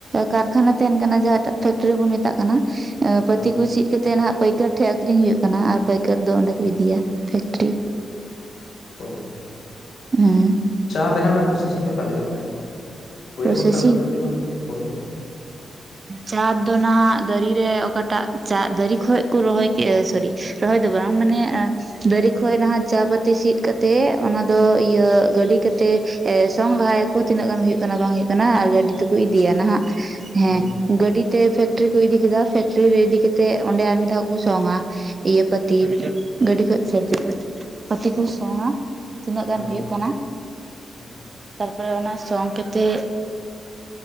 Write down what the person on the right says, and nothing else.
ᱠᱟᱨᱠᱷᱟᱱᱟ ᱛᱟᱦᱮᱱ ᱠᱟᱱᱟ ᱡᱟᱦᱟᱸᱴᱟᱜ ᱯᱷᱮᱠᱴᱨᱤ ᱵᱚᱱ ᱢᱮᱛᱟᱜ ᱠᱟᱱᱟ ᱾ ᱯᱟᱹᱛᱤ
ᱠᱚ ᱥᱤᱫ ᱠᱟᱛᱮ ᱱᱟᱜ ᱼᱼ ᱯᱟᱹᱭᱠᱟᱹᱨ ᱴᱷᱮᱡ ᱟᱠᱷᱨᱤᱧ ᱦᱩᱭᱩᱜ ᱠᱟᱱᱟ ᱟᱨ ᱯᱟᱹᱭᱠᱟᱹᱨ ᱫᱚ ᱚᱸᱰᱮ ᱠᱚ ᱤᱫᱤᱭᱟ ᱯᱷᱮᱠᱴᱨᱤ ᱾ ᱦᱩᱸ
᱾
ᱯᱨᱚᱥᱮᱥᱤᱝ
ᱪᱟ ᱫᱚ ᱱᱟᱜ ᱫᱟᱹᱨᱤ ᱨᱮ ᱚᱠᱟ ᱴᱟᱜ ᱪᱟ ᱫᱟᱹᱨᱤ ᱠᱷᱚᱡ ᱨᱚᱦᱚᱭ ᱠᱮᱫᱟ ᱥᱟᱨᱤ᱾ ᱨᱚᱦᱚᱭ ᱫᱚ ᱵᱟᱝ ᱢᱟᱱᱮ ᱫᱟᱨᱤ ᱠᱷᱚᱡ ᱱᱟᱦᱟᱜ ᱪᱟ ᱯᱟᱹᱛᱤ ᱥᱤᱫ ᱠᱟᱛᱮᱜ ᱚᱱᱟ ᱫᱚ ᱤᱭᱟᱹ ᱜᱟᱹᱰᱤ ᱠᱟᱛᱮᱜ ᱮ ᱥᱚᱝ ᱞᱟᱦᱟᱭ ᱟᱠᱚ ᱛᱤᱱᱟᱹᱜ ᱜᱟᱱ ᱦᱩᱭᱩᱜ ᱠᱟᱱᱟ ᱵᱟᱝ ᱦᱩᱭᱩᱜ ᱠᱟᱱᱟ
ᱟᱨ ᱜᱟᱹᱰᱤ ᱛᱮᱠᱚ ᱤᱫᱤᱭᱟ
ᱱᱟᱦᱟᱸᱜ ᱦᱮᱸ
ᱜᱟᱹᱰᱤ ᱜᱟᱸᱰᱤᱛᱮ ᱯᱷᱮᱠᱴᱨᱤ ᱨᱮᱠᱚ ᱤᱫᱤ ᱠᱮᱫᱟ ᱯᱷᱮᱠᱴᱨᱤ ᱨᱮ ᱤᱫᱤ ᱠᱟᱛᱮᱫ ᱚᱸᱰᱮ ᱟᱨ ᱢᱤᱫ ᱫᱷᱟᱣ ᱠᱚ ᱥᱚᱝᱼᱟ ᱾ ᱤᱭᱟᱹ ᱯᱟᱹᱛᱤ ᱜᱟᱹᱰᱤ ᱠᱷᱚᱡ <inaudible> ᱠᱷᱚᱡ ᱯᱟᱹᱛᱤ ᱠᱚ ᱥᱚᱝᱟ ᱾ ᱛᱤᱱᱟᱹᱜ ᱜᱟᱱ
ᱦᱩᱭᱩᱜ ᱠᱟᱱᱟ?
ᱛᱟᱨᱯᱚᱨᱮ ᱚᱱᱟ ᱥᱚᱝ ᱠᱟᱛᱮᱜ